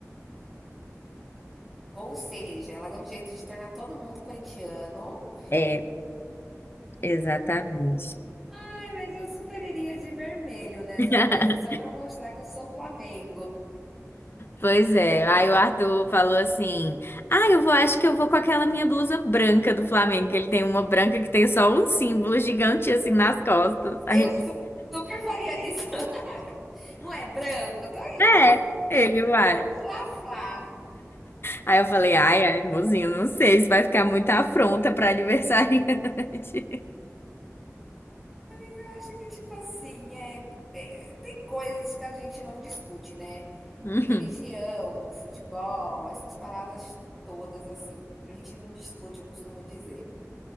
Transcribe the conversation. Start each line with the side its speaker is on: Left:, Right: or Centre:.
Centre: Ou seja, ela deu um jeito de tornar todo mundo corintiano.
Left: É, exatamente.
Centre: Ai, mas eu super iria de vermelho nessa
Left: <laughs>
Centre: festa, só para mostrar que eu sou Flamengo.
Left: Pois é. Aí o Arthur falou assim: Ah, eu vou, acho que eu vou com aquela minha blusa branca do Flamengo, que ele tem uma branca que tem só um símbolo gigante assim nas costas. Aí
Centre: Eu su- super faria isso. <laughs> Não é branco, eu tô indo, mas
Left: é,
Centre: eu tô
Left: ele
Centre: indo
Left: vai.
Centre: com fla-flá.
Left: Aí eu falei: Ai, ai, mozinho, não sei, isso vai ficar muita afronta pra aniversariante.
Centre: Eu acho que, tipo assim, é, é- tem coisas que a gente não discute, né?
Left: <laughs> Uhum.
Centre: Religião, futebol, essas paradas todas, assim. A gente não discute, eu costumo dizer.